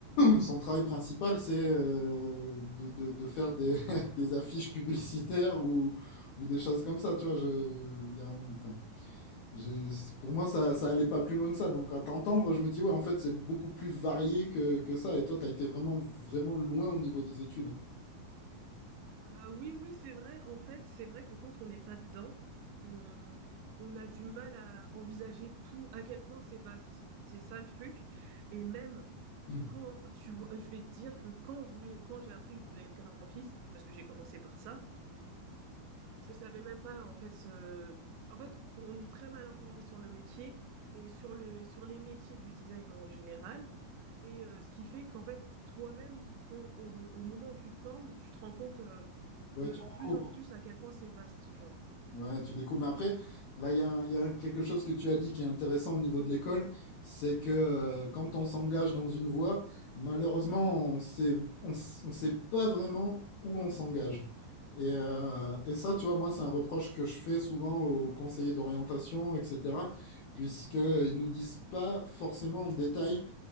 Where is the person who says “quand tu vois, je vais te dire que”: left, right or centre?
Right